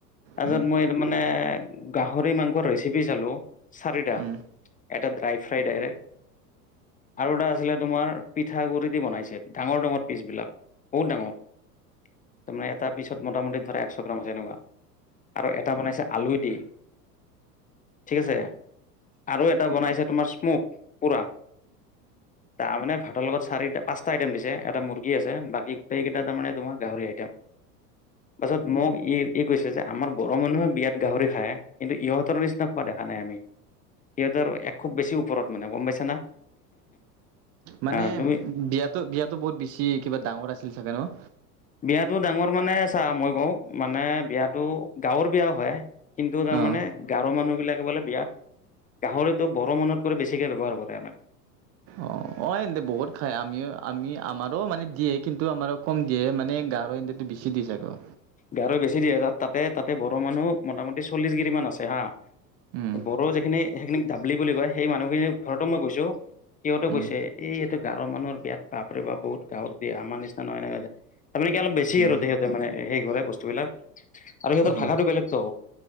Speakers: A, on the left; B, on the right.
A: তাৰপিছত
B: উম
A: মই মানে গাহৰি মাংসৰ ৰেচিপি চালোঁ চাৰিটা।
B: উম
A: <inaudible> এটা ড্ৰাই ফ্ৰাই ডাইৰেক্ট আৰু এটা আছিলে তোমাৰ পিঠা গুড়ি দি বনাইছিল। <inaudible> ডাঙৰ-ডাঙৰ পিচবিলাক, বহুত ডাঙৰ। <unintelligible> তাৰমানে এটা পিছত মোটামুটি ধৰা একশ গ্ৰাম তেনেকুৱা <unintelligible> আৰু এটা বনাইছে আলু দি। <unintelligible> ঠিক আছে। আৰু এটা বনাইছে তোমাৰ স্মোক-পোৰা। তাৰমানে ভাতৰ লগত চাৰিটা, পাঁচ টাইটেম দিছে। এটা মুৰ্গী আছে, বাকী গোটেইকেইটা তাৰমানে তোমাৰ গাহৰি আইটেম। পাছত মোক ই ই কৈছে যে- আমাৰ বড়োমানুহে বিয়াত গাহৰি খায়। কিন্তু ইহঁতৰ নিচিনা খোৱা দেখা নাই আমি। সিহঁতৰ এক খুব বেছি ওপৰত মানে। গম পাইছা না?
B: মানে
A: আহ তুমি
B: বিয়াতো, বিয়াতো বহুত বেছি কিবা ডাঙৰ আছিল চাগে ন'?
A: বিয়াটো ডাঙৰ মানে চা মই কওঁ, মানে বিয়াটো গাঁৱৰ বিয়া হয়। কিন্তু তাৰমানে
B: অ'।
A: গাৰো মানুহবিলাকে বোলে বিয়াত গাহৰিটো বড়ো মানুহত কৰি বেছিকৈ ব্যৱহাৰ কৰে আমাৰ।
B: অ', অ', এনডে বহুত খাই। আমিও আমি আমাৰো মানে দিয়ে, কিন্তু আমাৰো কম দিয়ে। মানে গাৰ' ইণ্ড্ৰটো বেছি দি চাগৈ।
A: গাৰৈ বেছি দিয়ে। তাতে তাতে বৰো' মানুহ মটা মুটিচল্লিশ গিৰি মান আছে হা।
B: উম,
A: বড়ো যিখিনি সেইখিনিক দাবলি বুলি কয়, সেই মানুহখিনিৰ ঘৰতো মই গৈছো। সিহঁতেও
B: উম,
A: গৈছে এই এইটো গাঁৱৰ মানুহৰ বিয়াত বাপৰে বাপ বহুত গাঁৱত দিয়ে। আমাৰ নিচিনা নহয় <unintelligible> তাৰমানে কি অলপ বেছি
B: উম,
A: আৰু সিহঁতে মানে সেই কৰে বস্তুবিলাক। আৰু সিহঁতৰ
B: উম,
A: ভাষাটো বেলেগত'।